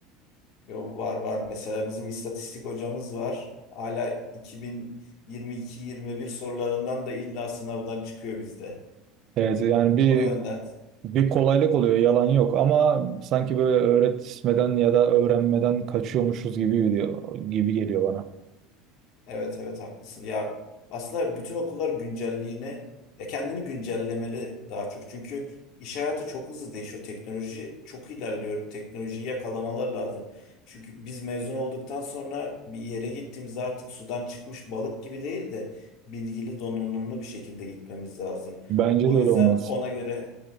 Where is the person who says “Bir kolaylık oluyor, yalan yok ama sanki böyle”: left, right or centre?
Right